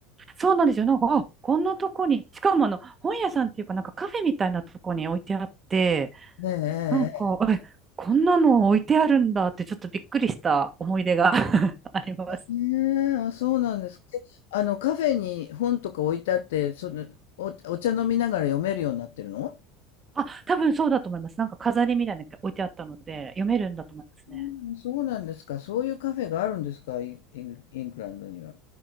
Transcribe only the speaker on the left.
ね
え、ええ、ええあ、そうなんですか。であの、カフェに本とか置いてあって、その、お、お茶飲みながら読めるようになってるの
うん、そうなんですか。そういうカフェがあるんですか、イイング、イングランドには。